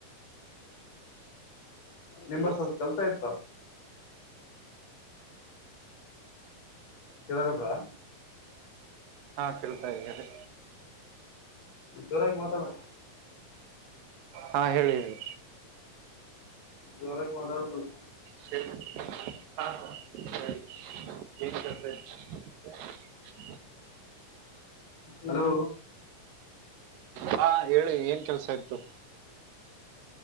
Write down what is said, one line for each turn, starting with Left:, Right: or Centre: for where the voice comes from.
Left: ನಿಮ
Right: ಹಲೋ
Left: ಸ್ವಲ್ಪ ಕೆಲ್ಸ ಇತ ಕೆಳುದ್ರಾ
Right: ಹಾ ಕೇಳ್ತಾ ಇದ್ದ ಹೇಳಿ
Left: ಸರಿಯಾಗಿ ಮಾತಾಡು
Right: ಹಾಂ ಹೇಳಿ ಹೇಳಿ
Left: ಜೋರಾಗಿ ಮಾತಾಡು ಸ್ವಲ್ಪ
Right: ಸ ಹ <inaudible> ಸರಿ ಏನ್ತ <inaudible>
Left: ಹಲೋ
Right: ಹಾ ಹೇಳಿ ಏನ್ ಕೆಲ್ಸ ಇತ್ತು